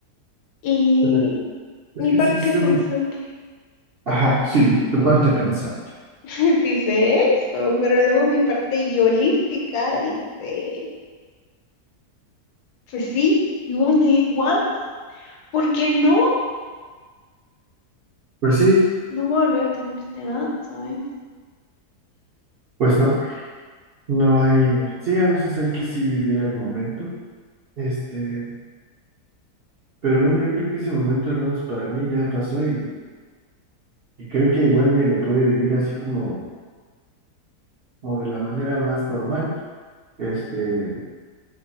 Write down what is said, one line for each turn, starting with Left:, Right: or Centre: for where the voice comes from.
Left: Y
Right: pero es
Left: mi
Right: que
Left: parte
Right: sí son.
Left: pensante.
Right: Ajá, sí, tu parte pensante.
Left: <laughs> Dice eso, pero luego mi parte yolística dice, pues sí, you only live once. ¿Por qué no?
Right: Pues sí,
Left: No voy a volver a tener esta edad, ¿sabes?
Right: pues no, no hay, sí, a veces hay que sí vivir el momento, este, pero bueno, yo creo que ese momento, al menos para mí, ya pasó y, y creo que igual ni lo pude vivir así como o de la manera más normal. Este,